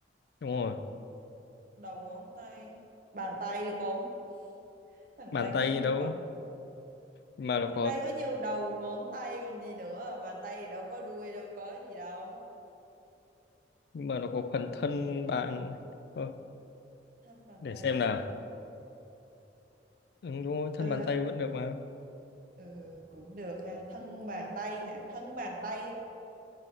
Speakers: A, on the left (about 60°); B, on the right (about 50°).
A: đúng rồi
B: đầu ngón tay bàn tay được không bàn
A: bàn
B: tay
A: tay
B: có nhiều
A: đâu
B: đầu không?
A: mà nó
B: bàn
A: có
B: tay có nhiều đầu ngón tay còn gì nữa à? bàn tay thì đâu có đuôi đâu có gì đâu
A: mà nó có phần thân bạn Ơ,
B: thân bàn
A: để
B: tay
A: xem
B: à
A: nào ừ, đúng rồi thân
B: ờ,
A: bàn tay vẫn được mà
B: ừ, cũng được ha thân bàn tay hả thân bàn tay